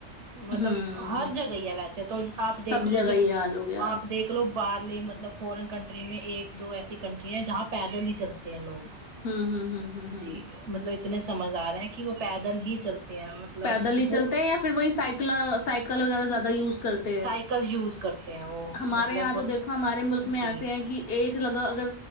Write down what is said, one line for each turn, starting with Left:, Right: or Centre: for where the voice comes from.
Right: مطلب
Left: ہوں
Right: ہر جگہ ہے ویسے تو آپ دیکھ
Left: سب
Right: لو
Left: جگہ
Right: جب
Left: یہ حال ہو گیا
Right: آپ دیکھ چلو باہرے مطلب فورن کنٹری میں ایک دو ایسی کنٹرییاں جہاں پیدل نہیں چلتی تے ہیں لوگ
Left: ہوں ہوں ہوں ہوں ہوں
Right: جی مطلب اتنے سمجھدار ہیں کہ وہ پیدل ہی چلتے ہیں مطلب
Left: پیدل ہی
Right: وہ
Left: چلتے ہیں یا پھر وہی سائیکل سائیکل وغیرہ زیادہ یوز کرتے ہیں
Right: سائیکل یوز کرتے ہیں وہ
Left: ہمارے
Right: مطلب
Left: یہاں تو دیکھو ہمارے ملک میں
Right: جی
Left: ایسے ہیں کہ ایک لگہ اگر